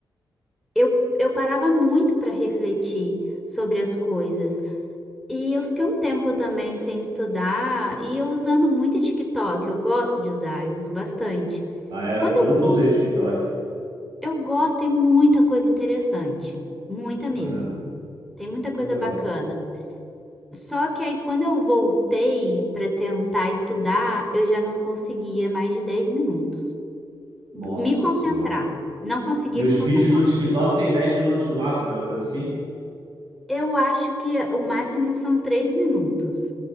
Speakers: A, in the centre; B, on the right (about 60°).
A: eu, eu parava muito para refletir sobre as coisas. E eu fiquei um tempo também sem estudar e eu usando muito TikTok. Eu gosto de usar, eu uso bastante.
B: Ah, é?
A: Quando
B: Eu
A: eu
B: nunca
A: vou,
B: usei TikTok.
A: eu gosto, tem muita coisa interessante, muita mesmo.
B: Ah, É,
A: Tem muita coisa
B: muito legal.
A: bacana. Só que aí quando eu voltei para tentar estudar, eu já não conseguia mais de 10 minutos
B: Nossa
A: me concentrar.
B: senhora.
A: Não conseguia
B: E os
A: me concentrar.
B: vídeos do TikTok tem 10 minutos no máximo, né? Uma coisa assim.
A: Eu acho que o máximo são três minutos.